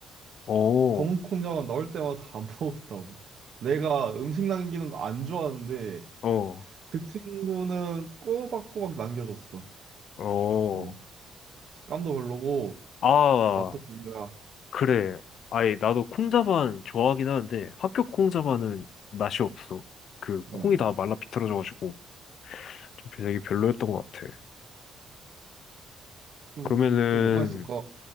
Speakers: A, on the left (about 65°); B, on the right (about 60°).
A: 어,
B: 검은 콩 자반 나올 때마다 안 <laughs> 먹었다고. 내가 음식 남기는 거 안 좋아하는데
A: 어,
B: 그 친구는 꼬박꼬박 남겨줬어.
A: 어.
B: 어, 식감도 별로고
A: 아,
B: 맛도 별로야.
A: 그래. 아니, 나도 콩자반 좋아하긴 하는데 학교 콩자반은 맛이 없어. 그 콩이
B: 음.
A: 다 말라 비틀어져가지고 좀 되게 별로였던 것 같아.
B: 음,
A: 그러면은
B: 또 뭐가 있을까?